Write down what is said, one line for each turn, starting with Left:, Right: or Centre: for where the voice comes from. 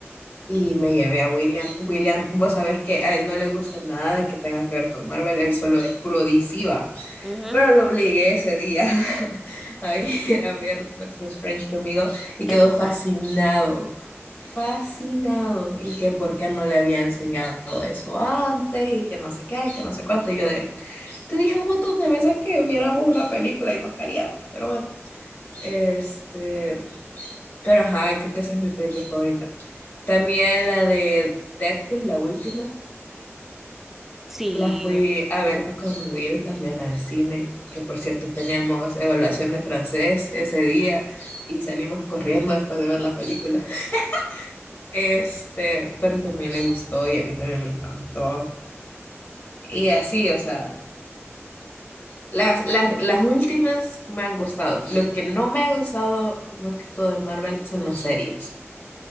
Left: y me llevé a William. William, vos sabés que a él no le gusta nada de que tenga que ver con Marvel, él solo es puro DC, ¿va?
Centre: Ujú,
Left: Pero lo obligué ese día <laughs> a ir a ver Doctor Strange conmigo y quedó
Centre: Eso,
Left: fascinado, fascinado. Y que por qué no le había enseñado eso antes y que no sé qué, que no sé cuánto. Y yo de, te dije un montón de veces que viéramos una película y no queríamos, pero bueno. Este, pero ajá, creo que esa es mi película favorita. También la de Deadpool, la última.
Centre: sí.
Left: La fui a ver con Will también al cine, que por cierto teníamos evaluación de francés ese día y salimos corriendo después de ver la película. <laughs> Este, pero también le gustó y a mí también me encantó. Y así, o sea, las, las, las últimas me han gustado. Lo que no me ha gustado, más que todo de Marvel, son las series.